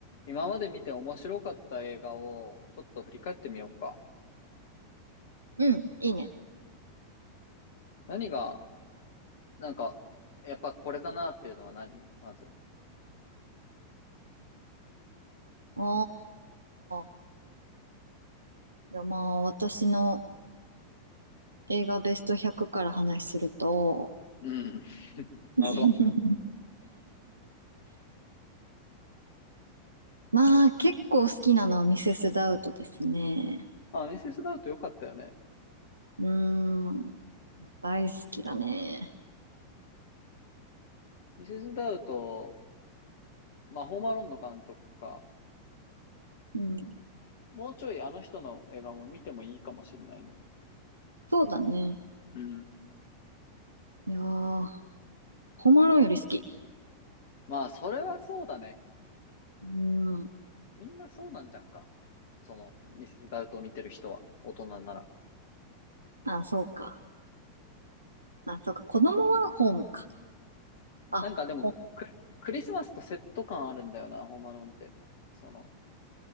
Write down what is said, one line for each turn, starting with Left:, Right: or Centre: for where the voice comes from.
Left: 今まで見て面白かった映画をちょっと振り返ってみようか。
Right: うん、いいね。
Left: 何が、なんか、やっぱこれだなっていうのは何まず。
Right: ああ、いやまあ私の映画ベスト100から話すると、
Left: うん。<laughs> なるほど。
Right: <laughs> まあ結構好きなのはミセス・ダウトですね。
Left: あ、ミセス・ダウト良かったよね。
Right: うーん、大好きだね。
Left: ミセス・ダウト、まあ、ホームアローンの監督か。
Right: うん、
Left: もうちょいあの人の映画も見てもいいかもしれないね。
Right: そうだね。
Left: うん。
Right: いやー、ホームアローンより好き。
Left: まあ、それはそうだね。
Right: うーん、
Left: みんなそうなんじゃんか。その、ミセス・ダウトを見てる人は、大人なら。
Right: あ、そうか。あ、そうか。子供はホームか。あ、
Left: なんかでも、
Right: ほ、
Left: ク、クリスマスとセット感あるんだよな、ホームアローンって。その、